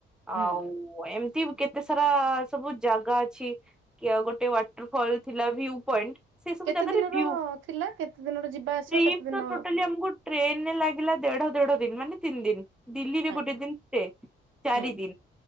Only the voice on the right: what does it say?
ହୁଁ।
କେତେ
ଦିନର
ଥିଲା କେତେ ଦିନର ଯିବା ଆସିବା
କେତେ ଦିନ
ଥିଲା?
ଆଜ୍ଞା।
ହୁଁ